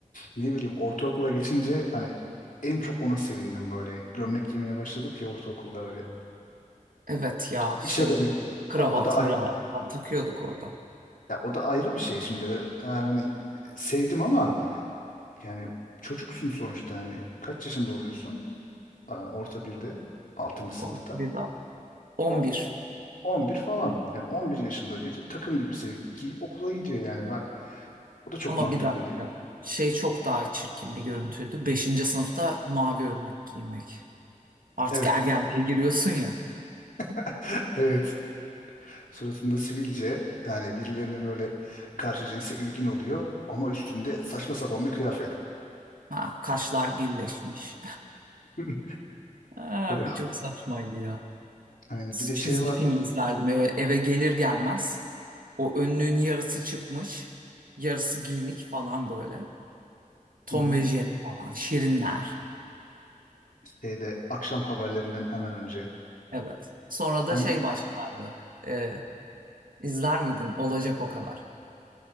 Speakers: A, on the left; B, on the right.
A: ne bileyim ortaokula geçince hani en çok ona sevindim böyle. Gömlek giymeye başladık ya ortaokulda böyle.
B: Evet ya
A: İş
B: şey
A: adamı gibi.
B: kravat
A: Ya o da ayrı,
B: mıravat falan takıyorduk orada.
A: ya o da ayrı bir şey şimdi. Ben yani hani sevdim ama Yani çocuksun sonuçta yani kaç yaşında oluyorsun? Aa, Orta birde, 6. sınıfta.
B: O bir daha. on
A: 10,
B: bir
A: 11 falan. Yani 11 yaşında biri takım elbise giyip okula gidiyor yani ben. O da çok
B: Ama
A: mantıklı
B: bir dakika.
A: değil.
B: Şey çok daha çirkin bir görüntüydü. Beşinci sınıfta mavi önlük giymek. Artık
A: Evet.
B: ergenliğe giriyorsun ya.
A: <laughs> Evet. Suratında sivilce yani birilerine böyle karşı cinse ilgin oluyor ama üstünde saçma sapan bir kıyafet.
B: Ha, kaşlar birleşmiş.
A: <laughs>
B: <laughs> Abi
A: Böyle ha-
B: çok saçmaydı ya.
A: aynı bir de
B: Çizgi
A: şey vardır.
B: film izlerdim eve, eve gelir gelmez. O önlüğün yarısı çıkmış, yarısı giyinik falan böyle. Tom
A: Hı hı.
B: ve Jerry falan, Şirinler.
A: Şeyde akşam haberlerinden hemen önce.
B: Evet. Sonra
A: Hangi?
B: da şey başlardı. Ee, izler miydin? Olacak o kadar.